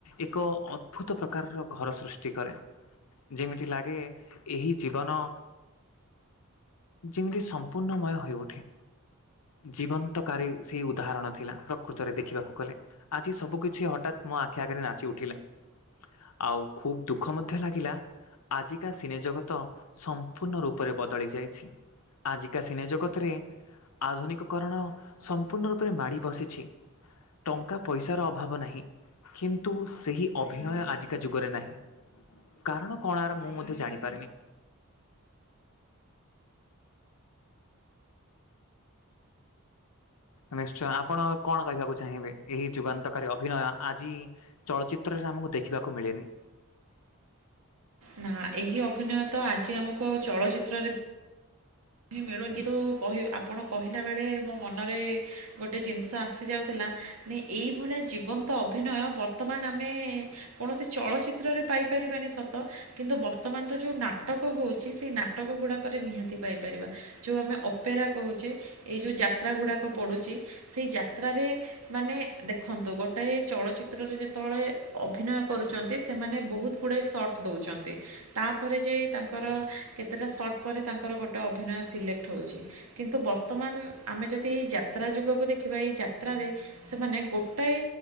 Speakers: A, on the left; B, on the right.
A: ଏକ ଅଦ୍ଭୁତ ପ୍ରକାରର ଘର ସୃଷ୍ଟି କରେ। ଯେମିତି ଲାଗେ ଏହି ଜୀବନ ଯେମିତି ସମ୍ପୂର୍ଣ୍ଣମୟ ହୋଇଉଠେ। ଜୀବନ୍ତକାରୀ ସେଇ ଉଦାହରଣ ଥିଲା ପ୍ର ପ୍ରକୃତରେ ଦେଖିବାକୁ ଗଲେ ଆଜି ସବୁ କିଛି ହଠାତ୍ ମୋ ଆଖି ଆଗେରେ ନାଚି ଉଠିଲା। ଆଉ ଖୁବ୍ ଦୁଃଖ ମଧ୍ୟ ଲାଗିଲା। ଆଜିକା ସିନେଜଗତ ସମ୍ପୂର୍ଣ୍ଣ ରୂପରେ ବଦଳି ଯାଇଛି। ଆଜିକା ସିନେଜଗତରେ ଆଧୁନିକ କରଣ ସମ୍ପୂର୍ଣ୍ଣ ରୂପରେ ମାଡ଼ି ବସିଛି। ଟଙ୍କା ପଇସାର ଅଭାବ ନାହିଁ। କିନ୍ତୁ ସେହି ଅଭିନୟ ଆଜିକା ଯୁଗରେ ନାହିଁ। କାରଣ କଣ ଆର ମୁଁ ମଧ୍ୟ ଜାଣିପାରେନି। ନିଶ୍ଚୟ ଆପଣ କଣ କହିବାକୁ ଚାହିଁବେ ଏହି ଯୁବାନ୍ତକାରୀ ଅଭିନୟ ଆଜି ଚଳଚିତ୍ରରେ ଆମକୁ ଦେଖିବାକୁ ମିଳେନି।
B: ନା ଏହି ଅଭିନୟ ତ ଆଜି ଆମକୁ ଆଉ ଚଳଚ୍ଚିତ୍ରରେ ହିଁ ମିଳୁନି କିନ୍ତୁ ଆପଣ କହିଲା ବେଳେ ମୋ ମନରେ ଗୋଟେ ଜିନିଷ ଆସିଯାଉଥିଲା। ନି ଏଇଭଳିଆ ଜୀବନ୍ତ ଅଭିନୟ ବର୍ତ୍ତମାନ ଆମେ କୌଣସି ଚଳଚିତ୍ରରେ ପାଇପାରିବାନି ସ ତ କିନ୍ତୁ ବର୍ତ୍ତମାନର ଯୋଉ ନାଟକ ହଉଛି ସେଇ ନାଟକ ଗୁଡାକରେ ନିହାତି ପାଇ ପାରିବା ଯେଉଁ ଆମେ ଅପେରା କହୁଛେ ଏଇ ଯୋଉ ଯାତ୍ରା ଗୁଡ଼ାକ ପଡ଼ୁଛି ସେଇ ଯାତ୍ରାରେ ମାନେ ଦେଖନ୍ତୁ ଗୋଟାଏ ଚଳଚିତ୍ରରେ ଯେତବେଳେ ଅଭିନୟ କରୁଛନ୍ତି ସେମାନେ ବହୁତ କୁଡ଼ାଏ ସର୍ଟ ଦେଉଛନ୍ତି ତାପରେ ଯାଇ ତାଙ୍କର କେତେଟା ସର୍ଟ୍ ପରେ ତାଙ୍କର ଗୋଟେ ଗୋଟେ ଅଭିନୟ ସିଲେକ୍ଟ ହେଉଛି। କିନ୍ତୁ ବର୍ତ୍ତମାନ ଆମେ ଯଦି ଏଇ ଯାତ୍ରା ଯୁଗକୁ ଦେଖିବା ଏଇ ଯାତ୍ରାରେ ସେମାନେ ଗୋଟାଏ